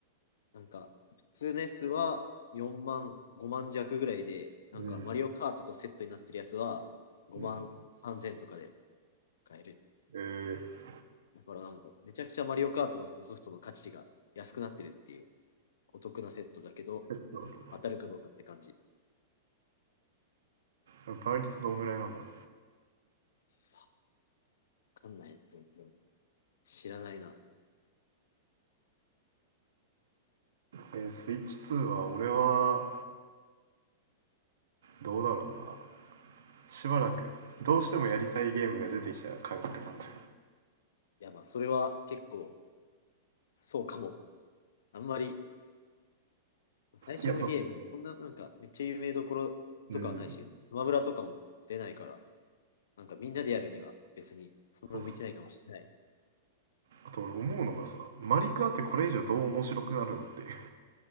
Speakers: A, on the left (about 85°); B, on the right (about 85°).
A: なんか普通のやつは4万、5万弱ぐらいで、なんかマリオカートとセットになってるやつは5万3000とかで
B: うん。うん、
A: 買える。
B: えー
A: だからなんか、めちゃくちゃマリオカートのそのソフトの価値が安くなってるっていう、お得なセットだけど、
B: セットだと
A: 当たるかどうかって感じ。
B: な。倍率どんぐらいなんだろ
A: さあ、わかんない、全然。知らないな。
B: う。えー、スイッチ2は俺はどうだろうな。しばらくどうしてもやりたいゲームが出てきたら買うって感じ。
A: いや、まあ、それは結構、そうかも。あんまり、最初のゲーム、
B: いや、だってさ。
A: そんな、なんか、めっちゃ有名どころとかはないし、
B: うん。
A: スマブラとかも出ないから、なんかみんなでやるには別に、そんな向いてないかもしれない。
B: そうそう。あと俺思うのがさ、マリカーってこれ以上どう面白くなるのっていう。